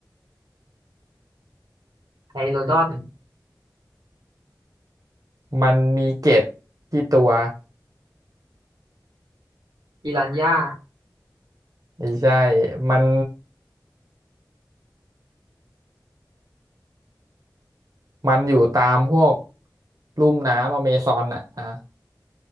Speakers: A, on the right; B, on the right.
A: ไฮโลดอน
B: มันมีเกล็ดที่ตัว
A: ปิรันย่า
B: ไม่ใช่มันมันอยู่ตามพวกลุ่มน้ำอเมซอนอ่ะอ่ะ